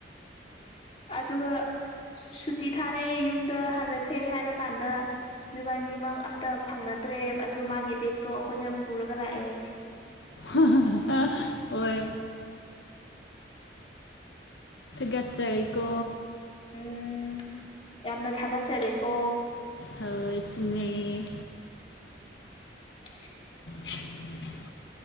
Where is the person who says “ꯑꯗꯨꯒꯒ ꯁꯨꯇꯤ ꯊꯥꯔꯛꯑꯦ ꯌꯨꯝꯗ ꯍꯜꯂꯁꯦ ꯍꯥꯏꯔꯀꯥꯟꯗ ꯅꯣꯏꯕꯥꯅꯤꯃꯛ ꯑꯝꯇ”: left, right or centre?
Left